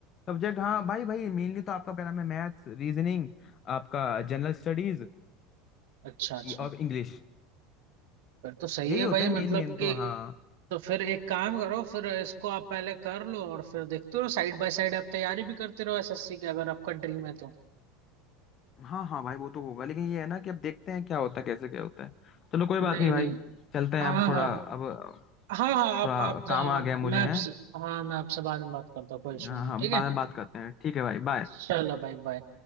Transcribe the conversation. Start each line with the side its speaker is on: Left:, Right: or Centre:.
Left: सब्जेक्ट हाँ भाई भाई मेनली तो आपका क्या नाम है मैथ्स रीजनिंग आपका जनरल स्टडीज
Right: अच्छा अच्छा
Left: और इंग्लिश
Right: फिर तो सही
Left: यही
Right: है
Left: होता
Right: भाई
Left: है
Right: मतलब
Left: मेन मेन
Right: कि
Left: तो हाँ
Right: तो फिर एक काम करो फिर इसको आप पहले कर लो और फिर देखते रहो साइड बाय साइड आप तैयारी भी करते रहो एसएससी की अगर आपका ड्रीम है तो
Left: हाँ हाँ भाई वो तो होगा लेकिन ये है ना कि अब देखते हैं क्या होता है कैसे क्या होता है चलो कोई
Right: नहीं
Left: बात नहीं भाई
Right: नहीं
Left: चलते हैं
Right: हाँ
Left: अब थोड़ा
Right: हाँ हाँ
Left: अब
Right: हाँ हाँ आप
Left: थोड़ा
Right: आप जाओ
Left: काम
Right: आप
Left: आ गया मुझे
Right: मैं
Left: है
Right: आपसे हाँ मैं आपसे बाद में बात करता हूँ कोई इशू
Left: हाँ
Right: नहीं
Left: हाँ
Right: है ठीक
Left: बाद
Right: है
Left: में बात करते हैं ठीक है भाई बाय
Right: चलो भाई बाय